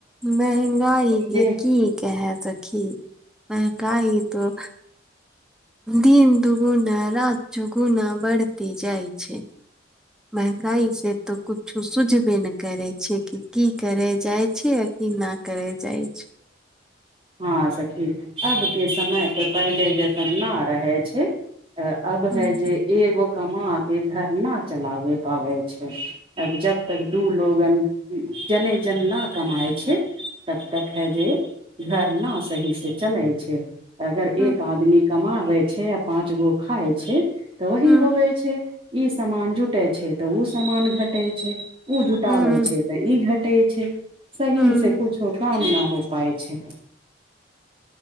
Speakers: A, in the centre; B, on the right.
A: महंगाई
B: जे
A: के की कहै सखी महंगाई त दिन दुगुना रात चोगुना बढ़ते जाइ छै महंगाई से तो कुछो सुझबे ने करे छिय कि करे जाइ छै की न करै जाइ छै
B: हँ सखी अब के समय तऽ पहिले जेसन न रहे छै अब
A: हुं
B: है जे एगो कमा के घर न चलाबे पाबै छै आब जब तक दू लोगन जने जन न कमाय छै तब तक है जे घर न सही से चलै छै अगर
A: हुं
B: एक आदमी कमाबै छै आ पाँच गो खाय छै तऽ वही
A: हुं
B: होवे छै ई समान जुटे छै तऽ ओ समान घटे छै ओ जुटाबै
A: हुं
B: छै तऽ ई घटे छै सही
A: हुं
B: से कुछो काम न हो पाय छै